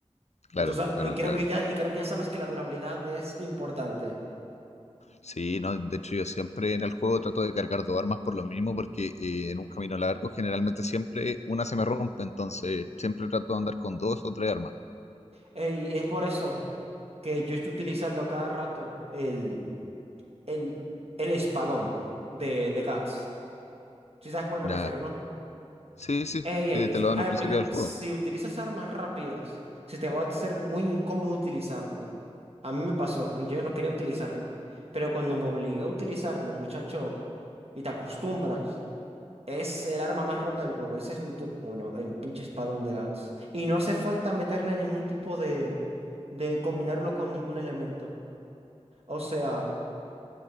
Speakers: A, on the left (about 75°); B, on the right (about 60°).
A: claro,
B: Entonces,
A: claro,
B: y creo
A: claro.
B: que ya, y creo que ya sabes que la durabilidad es importante.
A: Sí, no, de hecho yo siempre en el juego trato de cargar dos armas por lo mismo porque eh, en un camino largo generalmente siempre una se me rompe, entonces siempre trato de andar con dos o tres armas.
B: Ey, y es por eso que yo estoy utilizando a cada rato el, el, el espadón de, de Guts. ¿sí sabes a cuál me
A: Ya,
B: refiero, ¿no?
A: Sí, sí,
B: Ey,
A: sí,
B: ey,
A: te
B: si
A: lo dan
B: ah,
A: al principio
B: porque
A: del juego.
B: si utilizas armas rápidas, se te va a hacer muy incómodo utilizarlo. A mí me pasó, y yo no quería utilizarlo. Pero cuando me obligué a utilizarlo, muchacho, y te acostumbras. Es el arma más rota del juego. Ese es mi top uno el pinche espadón de Guts. Y no hace falta meterle ningún tipo de, de combinarlo con ningún elemento. O sea,